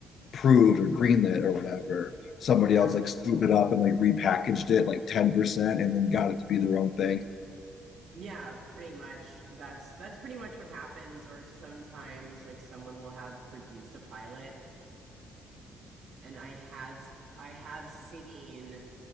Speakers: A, on the left; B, on the right.
A: approved or greenlit or whatever, somebody
B: Yeah.
A: else like swooped it up and like repackaged it like 10% and then got it to be their own thing."
B: Yeah, pretty much. That's that's pretty much what happens or sometimes like someone will have produced a pilot and I have I have seen